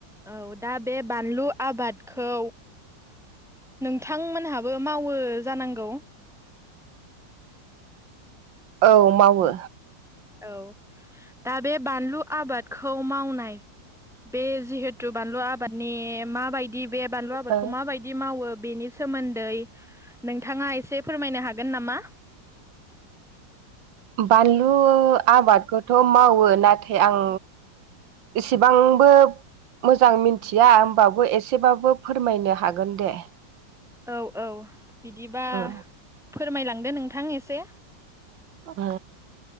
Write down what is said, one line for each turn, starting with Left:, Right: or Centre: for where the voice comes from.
Centre: औ दा बे बानलु आबादखौ। नोंथां मोनहाबो मावो जानांगौ।
Right: औ मावो।
Centre: औ दा बे बानलु आबादखौ मावनाय बे जिहेथु बानलु आबादनि माबायदि बे बानलु आबादखौ
Right: ओ
Centre: माबायदि दि मावो बेनि सोमोन्दै नोंथाङा एसे फोरमायनो हागोन नामा?
Right: बानलु आबादखौथ' मावो नाथाय आं इसेबांबो मोजां मिथिया होमबाबो एसेबाबो फोरमायनो हागोन दे।
Centre: औ औ बिदिबा
Right: उम
Centre: फोरमायलांदो नोंथां एसे।
Right: आ